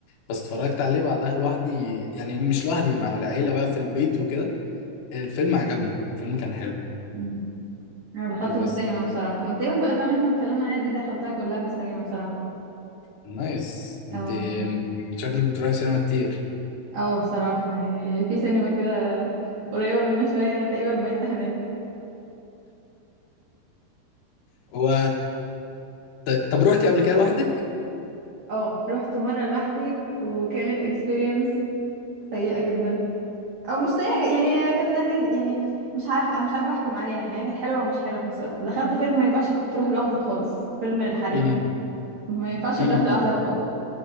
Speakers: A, on the left; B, on the right.
A: بس اتفرجت عليه بعدها لوحدي يعني مش لوحدي مع العيله بقى في البيت وكده الفيلم عجبني الفيلم كان حلو
B: مم. انا دخلته
A: بس
B: في السينما بصراحة انا تقريبا كل الافلام اللي احنا اتكلمنا عليها دي دخلتها كلها في السينما بصراحة
A: نايس انت
B: اه
A: شكلك بتروحي سينما كتير
B: اه بصراحة يعني في سينما كده قريبة مننا شوية أنا تقريبا بايتة هناك
A: هو طيب- طب روحتي قبل كده لوحدك؟
B: اه رحت مرة لوحدي وكانت experience سيئة جدا او مش سيئة ج- يعني هي كانت لذيذة يعني مش عارفة انا مش عارفة احكم عليها يعني هي كانت حلوة ومش حلوة في نفس الوقت دخلت فيلم ما ينفعش تروح لوحدك خالص فيلم الحريفة
A: امم
B: ما ينفعش
A: امم
B: تروح لوحدك خالص